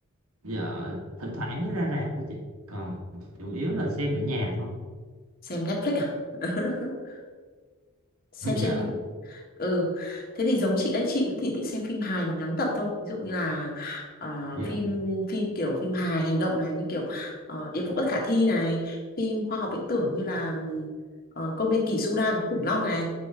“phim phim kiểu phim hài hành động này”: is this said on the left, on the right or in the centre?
Left